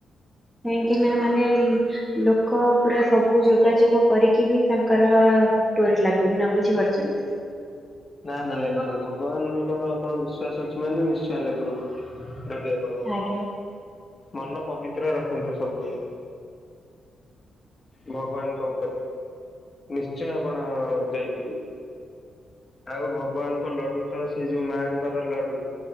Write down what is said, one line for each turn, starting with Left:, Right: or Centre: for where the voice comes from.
Centre: କାହିଁକିନା ମାନେ ଲୋକ ପୁରା ସବୁ ଯୋଗାଯୋଗ କରିକି ବି ତାଙ୍କର ଡୋରି ଲାଗୁନି ନା ବୁଝିପାରୁଛନ୍ତି?
Left: ନା ନା
Centre: ଆଜ୍ଞା
Left: ଲାଗିବ ଭଗବାନଙ୍କର ଆପଣଙ୍କର୍ ବିଶ୍ୱାସ ଅଛି ମାନେ ନିଶ୍ଚୟ ଲାଗିବ। ଯଦିଆ ଆପଣ
Centre: ଆଜ୍ଞା
Left: ମନ ପବିତ୍ର ରଖନ୍ତୁ ସବୁବେଳେ। ଭଗବାନଙ୍କ ଉପରେ ନିଶ୍ଚୟ ଆପଣ ଯାଇପାରିବେ। ଆଉ ଭଗବାନଙ୍କ ଲଡୁ ତ ସେଇ ଯୋଉ ମାଆଙ୍କର ଲଡୁ।